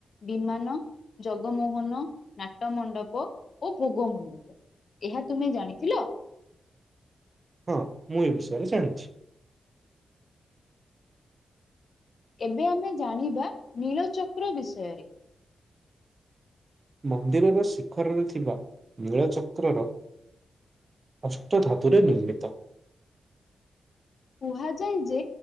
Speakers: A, on the left; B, on the right.
A: ବିମାନ, ଜଗମୋହନ, ନାଟ ମଣ୍ଡପ ଓ ଭୋଗ ମଣ୍ଡପ। ଏହା ତୁମେ ଜାଣିଥିଲ?
B: ହଁ ମୁଁ ଏ ବିଷୟରେ ଜାଣିଚି।
A: ଏବେ ଆମେ ଜାଣିବା ନୀଳଚକ୍ର ବିଷୟରେ।
B: ମନ୍ଦିରର ଶିଖରରେ ଥିବା ନୀଳଚକ୍ରର ଅଷ୍ଟ ଧାତୁରରେ ନିର୍ମିତ।
A: କୁହାଯାଏ ଯେ